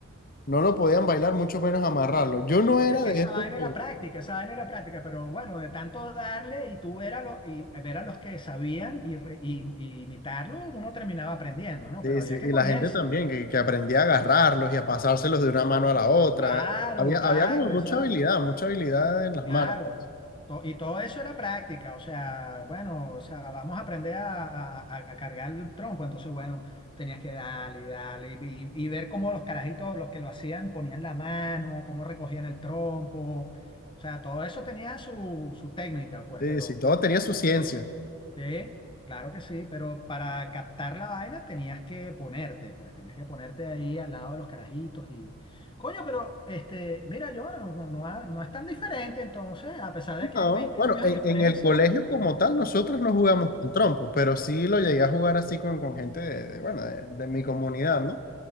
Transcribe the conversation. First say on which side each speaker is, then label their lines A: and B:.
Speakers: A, on the left (about 40°); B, on the left (about 20°).
A: No lo podían bailar, mucho menos amarrarlo. Yo no era
B: Es que
A: de
B: esa
A: esos
B: vaina
A: que...
B: era práctica, esa vaina era práctica, pero bueno, de tanto darle y tú ver a, lo- y ver a los que sabían y, re- y- y imitarlo, uno terminaba aprendiendo, ¿no?
A: Sí,
B: Pero había
A: sí,
B: que
A: y
B: ponerse.
A: la gente también, que, que aprendía a agarrarlos y a pasárselos de una mano a la otra.
B: Claro,
A: Había,
B: claro,
A: había como mucha
B: eso era.
A: habilidad, mucha habilidad en las
B: Claro,
A: manos. pues.
B: to- y todo eso era práctica, o sea, bueno, o sea, vamos a aprender a, a- a- a cargar el trompo, entonces, bueno, tenías que darle y darle y, vi- y ver cómo los carajitos, los que lo hacían, ponían la mano, cómo recogían el trompo, o sea, todo eso tenía su, su técnica, pues,
A: Sí,
B: pero
A: sí, todo tenía su ciencia.
B: Sí, claro que sí, pero para captar la vaina tenías que ponerte, pues tenías que ponerte ahí al lado de los carajitos y... Coño, pero este, mira, yo no, no, no ha- no es tan diferente entonces, a pesar de que
A: No,
B: hay 20
A: bueno,
B: años
A: en,
B: de diferencia.
A: en el colegio como tal nosotros no jugamos con trompos, pero sí lo llegué a jugar así con, con gente de, de, bueno, de, de mi comunidad, ¿no?